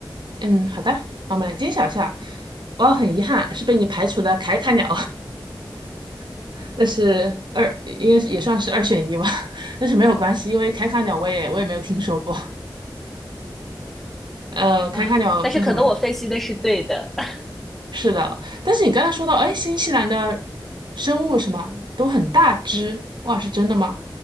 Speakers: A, on the right (about 65°); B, in the centre.
A: 嗯，好的，那我们来揭晓一下。哇，很遗憾是被你排除了凯卡鸟，<laughs> 但是二应该是也算是二选一吧，<laughs> 但是没有关系，因为凯卡鸟我也我也没有听说过。呃，凯卡鸟是什么呢？
B: 啊。但是可能我分析的是对的，<laughs>
A: 是的，但是你刚才说到，哎，新西兰的生物什么都很大只，哇，是真的吗？